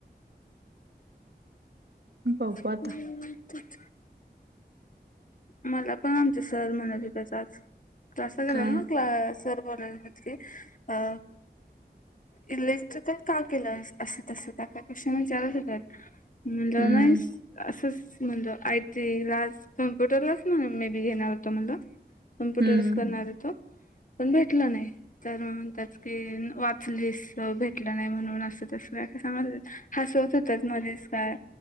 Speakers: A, on the left; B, on the right.
A: <unintelligible>
B: बघू आता
A: मला पण आमचा सर म्हणत होतत आज क्लासल गेलेलो
B: काय
A: ना क्ला सर बोलवलेले. अ इलेक्ट्रिकल का केलं अस तसं काय काय प्रश्न विचारत होतत. म्हणलं
B: हम्म
A: नाही असंच म्हणलं आय टी ला च कम्प्युटर लाच म्हण म्हणुन मी बी घेणार होतो म्हणलं कम्प्युटरच
B: हम्म
A: करणार होत. पण भेटलं नाही. तर म्हणत्यात की वाचलीस भेटलं नाही म्हणून असं तसं काय का सांगा हसवत होतच मध्येेच काय,